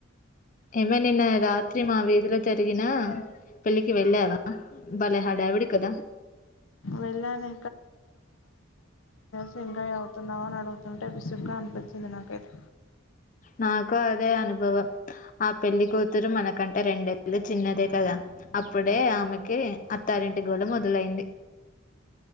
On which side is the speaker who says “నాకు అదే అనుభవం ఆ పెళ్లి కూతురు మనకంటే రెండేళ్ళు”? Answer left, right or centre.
Left